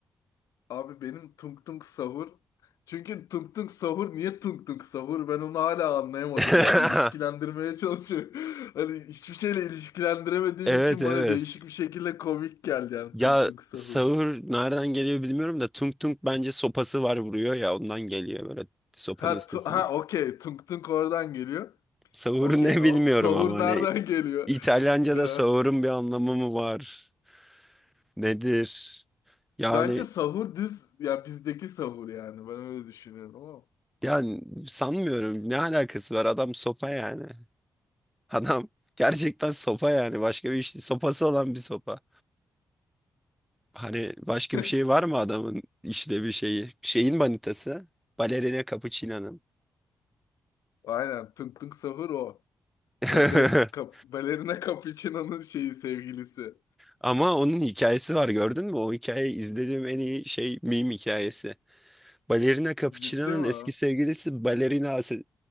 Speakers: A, on the left; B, in the centre.
A: Abi benim tunk tunk sahur. Çünkü tunk tunk sahur niye tunk tunk sahur? Ben onu hala anlayamadım
B: <laughs>
A: yani. İlişkilendirmeye çalışıyorum. <laughs> Hani hiçbir şeyle ilişkilendiremediğim
B: Evet
A: için
B: evet.
A: bana değişik bir şekilde komik geldi yani
B: Ya
A: tunk tunk sahur.
B: sağır nereden geliyor bilmiyorum da tung tung bence sopası var vuruyor ya ondan geliyor böyle sopanın
A: Ha,
B: sesini.
A: tu- ha okey tunk tunk oradan geliyor.
B: Sağır
A: Okey
B: ne
A: ama
B: <laughs> bilmiyorum
A: sahur
B: ama hani
A: nereden geliyor?
B: İtalyanca'da
A: <laughs> Ee,
B: sağırın bir anlamı mı var? Nedir? Yani
A: Bence sahur düz ya bizdeki sahur yani ben öyle düşünüyorum ama.
B: yani sanmıyorum ne alakası var adam sopa yani. <laughs> Adam gerçekten sopa yani başka bir işte sopası olan bir sopa. Hani başka
A: <laughs>
B: bir şey var mı adamın işte bir şeyi? Şeyin manitası. Balerina Capuchino'nun.
A: Aynen tınk tınk sahur o.
B: <laughs>
A: Ya direkt kap balerina Capuchino'nun şeyi sevgilisi.
B: Ama onun hikayesi var gördün mü? O hikayeyi izlediğim en iyi şey meme hikayesi. Balerina Capuchino'nun
A: Ciddi mi?
B: eski
A: o?
B: sevgilisi Balerina Ase-